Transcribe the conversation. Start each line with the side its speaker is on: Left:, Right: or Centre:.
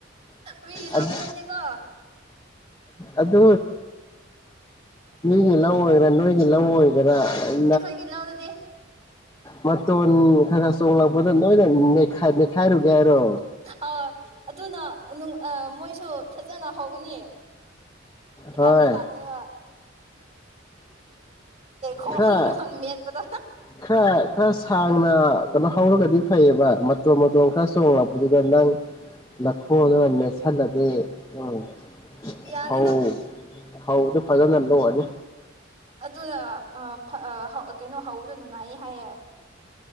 Right: ꯃꯤꯒꯤ ꯂꯧꯗ
Left: ꯑꯗꯨ
Right: ꯅꯠꯇꯦꯀꯣ
Left: ꯑꯗꯨ ꯒꯤ ꯂꯧ ꯑꯣꯏꯒꯦꯔꯥ ꯅꯣꯏꯒꯤ ꯂꯧ ꯑꯣꯏꯒꯦꯔꯥ <unintelligible>
Right: ꯑꯩꯈꯣꯏꯒꯤ ꯂꯧꯗꯅꯦ
Left: ꯃꯌꯣꯟ ꯈꯥꯔꯥꯈꯔꯥ ꯆꯤꯡ ꯂꯛꯄꯗꯣ ꯂꯣꯏꯅꯥ ꯅꯩ ꯈꯥ ꯅꯤꯈꯏꯔꯨꯒꯦꯔꯣ
Right: ꯑꯥ ꯑꯗꯨꯅ ꯑꯥ ꯃꯣꯏꯁꯨ ꯐꯖꯅ ꯍꯧꯒꯅꯤ ꯄ
Left: ꯍꯣꯏ
Right: ꯇꯃꯤ ꯂꯒꯅꯤ ꯕꯥ ꯈꯣꯡꯅ
Left: ꯈꯔ
Right: ꯃꯦꯠꯄꯗꯣ
Left: ꯈꯔ ꯈꯔ ꯁꯥꯡꯅ ꯍꯧꯔꯒꯗꯤ ꯐꯩꯌꯦꯕ ꯇꯣ ꯃꯇꯣ ꯈ ꯆꯣꯡꯂꯛꯄꯗꯨꯒꯥ ꯅꯡ ꯅꯈꯣꯜꯂꯩ ꯅꯦꯁꯥꯂꯗꯤ ꯎꯝ
Right: ꯌꯥꯅꯤꯗ
Left: ꯐꯥꯎ ꯐꯧꯗꯨ ꯐꯖꯅ ꯂꯣꯀꯑꯅꯤ
Right: ꯑꯗꯨꯅ ꯑꯥ ꯐꯥ ꯍꯥ ꯀꯩꯅꯣ ꯍꯧꯕꯗꯣ ꯅꯨꯡꯉꯥꯏ ꯍꯥꯏꯌꯦ